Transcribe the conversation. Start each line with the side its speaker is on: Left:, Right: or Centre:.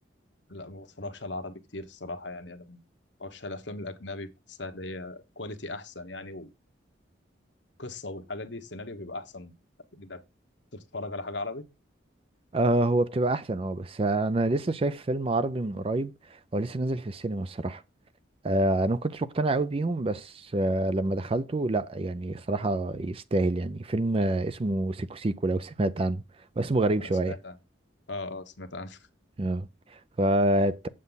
Left: لا ما بتفرجش على العربي كتير الصراحة يعني انا من عشاق الافلام الاجنبي بحسها اللي هي كواليتي احسن يعني وقصة والحاجات دي السيناريو بيبقى احسن اجنبي انت بتتفرج على حاجة عربي؟
Right: آه هو بتبقى احسن اه بس انا لسه شايف فيلم عربي من قريب هو لسه نازل في السينما الصراحة آه، انا ما كنتش مقتنع قوي بيهم بس آه، لما دخلته لا يعني صراحة يستاهل يعني فيلم آه، اسمه سيكو سيكو لو سمعت عنه واسمه غريب شوية
Left: آه سمعت عن اه اه سمعت عنه
Right: اه فانت